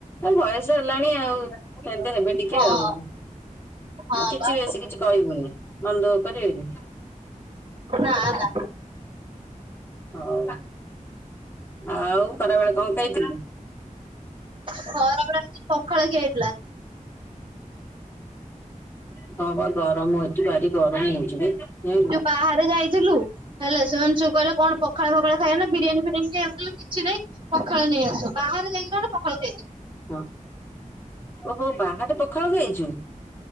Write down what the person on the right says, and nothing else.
ହଁ
ହଁ
ବା
ନା ନା
ଖରାବେଳେ ପଖାଳ ଖିଆ ହେଇ ପ୍ଲା
ଯୋଉ ବାହାରେ ଯାଇଥିଲୁ ହେଲେ ସେମାନେ ସବୁ କହିଲେ କଣ ପଖାଳ ଫଖାଳ ଖାଇବା ନାଁ ବିରିୟାନି ଫିରିଆନି ଖିଆହବ? କହିଲା କିଛି ନାଇଁ ପଖାଳ ନେଇ ଆସ। ବାହାରେ ଯାଇକିନା <unintelligible> ପଖାଳ ଖାଇଚୁ।